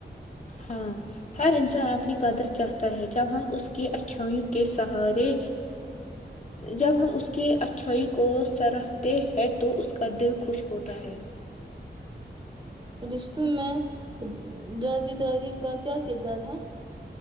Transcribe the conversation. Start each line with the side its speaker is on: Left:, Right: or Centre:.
Left: ہاں ہر انسان اپنی قدر چاہتا ہے جب ہم اس کی اچھائیوں کے سہارے جب ہم اس کی اچھائیوں کو سرتے ہیں تو اس کا دل خوش ہوتا ہے
Right: رشتوں میں رازی داری کا کیا کردار ہے